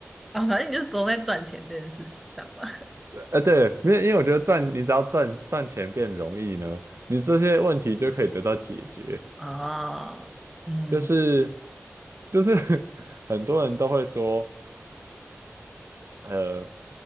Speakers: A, in the centre; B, on the right (about 70°).
A: 啊，反正你就总在赚钱这件事情上嘛。
B: 呃，对，没有，因为我觉得赚，你只要赚赚钱变容易呢，你这些问题就可以得到解决。
A: 啊，嗯
B: 就是就是 <laughs> 很多人都会说，呃，